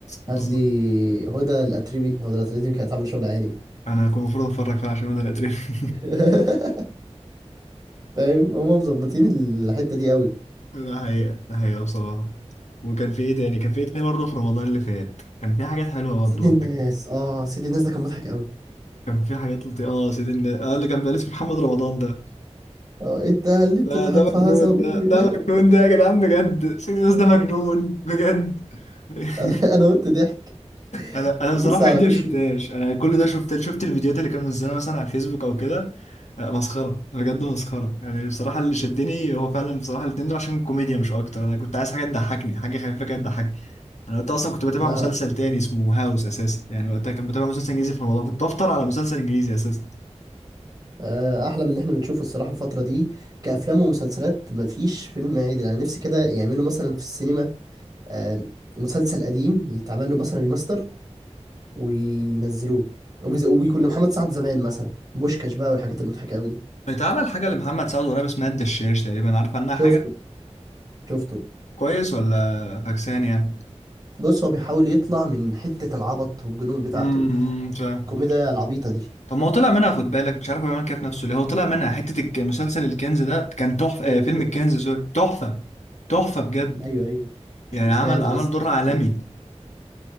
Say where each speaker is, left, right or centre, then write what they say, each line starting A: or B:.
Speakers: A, on the right; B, on the left.
A: هات
B: بالظبط
A: لي هدى الأتريبي هدى الأتريبي كانت عاملة شغل عالي
B: انا كنت المفروض اتفرج فعلا عشان ده الاتريف
A: <laughs> فاهم هما مظبطين الحتة دي أوي
B: <laughs> ده حقيقه ده حقيقه بصراحه وكان في ايه تاني كان في ايه تاني برضه في رمضان اللي فات كان في حاجات حلوه
A: سيد
B: برضه
A: الناس
B: على فكرة.
A: اه سيد الناس ده كان مضحك أوي
B: كان في حاجات لطيفه اه سيدي الناس اه اللي كان بيقلد في محمد رمضان ده
A: اه انت اللي بتضحك
B: ده ده مجنون
A: في عصبي
B: ده ده
A: <laughs>
B: مجنون ده يا جدعان بجد سيريوس ده مجنون بجد <laughs>
A: انا انا قلت ضحك
B: انا انا
A: بص
B: بصراحه
A: على
B: عندي ما
A: وشه
B: شفتهاش انا كل ده شفت شفت الفيديوهات اللي كان منزلها مثلا على الفيسبوك او كده آه، مسخره بجد مسخره يعني بصراحه اللي شدني هو فعلا بصراحه الاتنين دول عشان الكوميديا مش اكتر انا كنت عايز حاجه تضحكني حاجه خفيفه كده تضحكني انا وقتها اصلا كنت بتابع
A: لا
B: مسلسل تاني اسمه هاوس اساسا يعني وقتها كان بتابع مسلسل انجليزي في رمضان كنت بفطر على مسلسل انجليزي اساسا
A: آه، احلى من اللي احنا بنشوفه الصراحه الفتره دي كافلام ومسلسلات مفيش فيلم عادل انا نفسي كده يعملوا مثلا في السينما آه، مسلسل قديم يتعمل له مثلا ريماستر وينزلوه وبيز- وبيكون لمحمد سعد زمان مثلا بوشكاش بقى والحاجات المضحكه قوي دي
B: اتعمل حاجه لمحمد سعد قريب اسمها الدشاش تقريبا عارف عنها
A: شفته
B: حاجه
A: شفته
B: كويس ولا فاكسان يعني
A: بص هو بيحاول يطلع من حته العبط والجنون بتاعته
B: امم فاهم
A: الكوميديا العبيطه دي
B: طب ما هو طلع منها خد بالك مش عارف هو بيعمل كده في نفسه ليه هو طلع منها حته الك- مسلسل الكنز ده كان تحفه
A: كنز
B: آه فيلم الكنز سوري تحفه تحفه بجد
A: ايوه ايوه
B: يعني
A: سمعت
B: عمل عمل
A: ناس
B: دور
A: تتكلم.
B: عالمي انت